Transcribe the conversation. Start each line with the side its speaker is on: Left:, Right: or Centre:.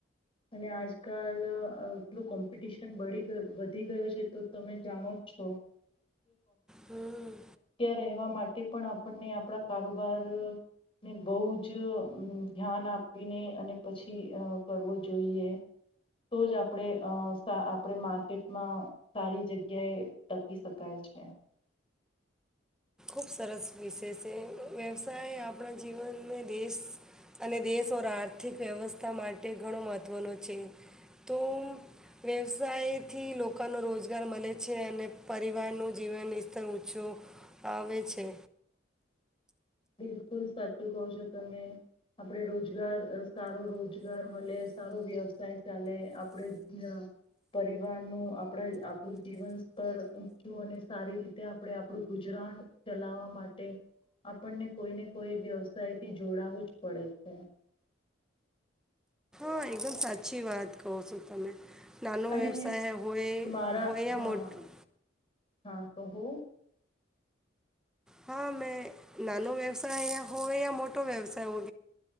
Left: અને આજકાલ એટલું કોમ્પિટિશન બી વધી ગયો છે, તો તમે જાણો છો
Centre: હમ
Left: <inaudible> રહેવા માટે પણ આપણને આપણા કારોબાર ને બહ જ ધ્યાન આપીને અને પછી કરવો જોઈએ, તો જ આપણે આપણે માર્કેટમાં સારી જગ્યાએ ટકી શકાય છે.
Centre: ખૂબ સરસ વિષય છે વ્યવસાય આપણા જીવનને દેશ અને દેશ ઓર આર્થિક વ્યવસ્થા માટે ઘણો મહત્ત્વનો છે, તો વ્યવસાયથી લોકોનો રોજગાર મળે છે, અને પરિવારનું જીવન સ્તર ઓછો આવે છે.
Left: બિલકુલ સાચું કહો છો તમે, આપડે રોજગાર સારો રોજગાર મળે સારો વ્યવસાય ચાલે આપણે પરિવારનું આપણા આપણું જીવન સ્તર ઊચું અને સારી રીતે આપણે આપણું ગુજરાન ચલાવા માટે આપણને કોઈ ને કોઈ વ્યવસાય થી જોડાવું જ પડે છે.
Centre: હા એકદમ સાચી વાત કહો છો તમે. નાનો
Left: અને
Centre: વ્યવસાય હોય,
Left: મારા
Centre: હોય
Left: હા
Centre: મોટું
Left: હા કહું.
Centre: હા મેં નાનો વ્યવસાય હોય યા મોટો વ્યવસાય હો,